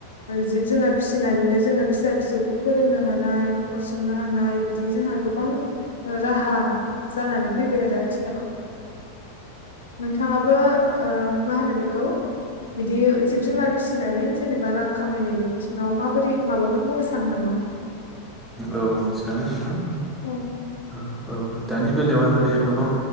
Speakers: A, on the left; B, in the centre.
A: जिब जुनार फिसिनानैनो जोङो फिसा फिसौखौ फोरोंनो हानाय न'खर सुंनो हानाय बिदि जोंहा गोबां राहा जानानै फैबाय आरो आथिखालाव। नोंथाङाबो मा होनो बेखौ बिदि जिब जुनार फिसिनानै जेनेबा रां खामायनायनि बिथिङाव माबोरै माबाफोर बुंनो सानो नामा?
B: औ सानो नोंथां।
A: औ
B: औ दानि बेलायावहाय माने गोबां